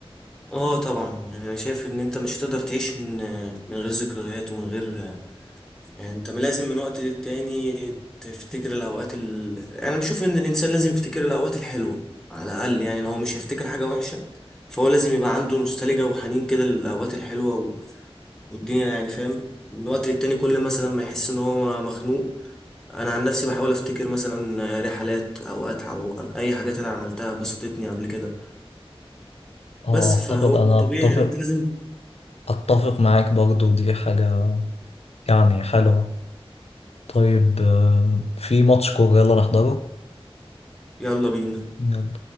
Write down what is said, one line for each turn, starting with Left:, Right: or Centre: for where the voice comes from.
Centre: اه طبعا يعني انا شايف ان انت مش هتقدر تعيش من من غير ذكريات ومن غير يعني انت لازم من وقت للتاني تفتكر الاوقات ال... انا بشوف ان الانسان لازم يفتكر الاوقات الحلوه على الاقل يعني لو هو مش هيفتكر حاجه وحشه فهو لازم يبقى عنده نوستالجيا وحنين كده للاوقات الحلوه و... والدنيا يعني فاهم من وقت للتاني كل مثلا ما يحس ان هو مخنوق انا عن نفسي بحاول افتكر مثلا رحلات او اتعه او اي حاجات انا عملتها بسطتني قبل كده
Left: آه
Centre: بس فهو
Left: أعتقد أنا
Centre: طبيعي
Left: أتفق
Centre: يعني انت لازم
Left: أتفق معاك برضو دي حاجة يعني حلوة طيب آم، في ماتش كورة يلا نحضره
Centre: يلا بينا
Left: يلا